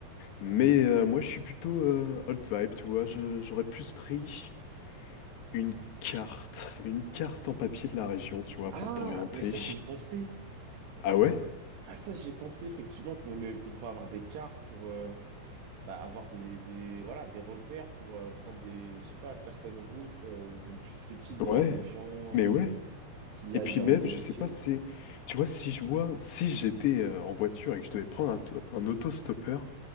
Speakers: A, on the left; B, on the right.
A: Mais euh, moi, je suis plutôt euh, old vibe, tu vois. Je- j'aurais plus pris une carte, une carte en papier de la région, tu vois,
B: Ah,
A: pour t'orienter.
B: mais ça, j'y ai pensé.
A: Ah ouais?
B: Ah ça, j'ai pensé effectivement qu'on est, qu'on pourrait avoir des cartes pour euh, bah, avoir des, des, voilà, des repères pour euh, prendre des, je sais pas, certaines routes euh, où il est plus susceptible d'avoir
A: Ouais.
B: des gens
A: Mais
B: euh,
A: ouais.
B: qui
A: Et
B: aillent
A: puis
B: vers
A: même,
B: une direction.
A: je sais pas, c'est, tu vois, si je vois, si j'étais euh, en voiture et que je devais prendre un, to- un autostoppeur,